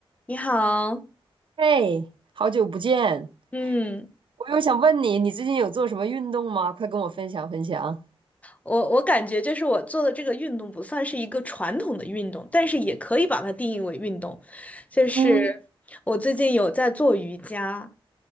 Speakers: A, on the left (about 15°); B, on the right (about 60°).
A: 你好，
B: 嘿，好久不见！
A: 嗯，
B: 我又想问你，你最近有做什么运动吗？快跟我分享分享。
A: 我我感觉就是我做的这个运动不算是一个传统的运动，但是也可以把它定义为运动。就是
B: 嗯，
A: 我最近有在做瑜伽，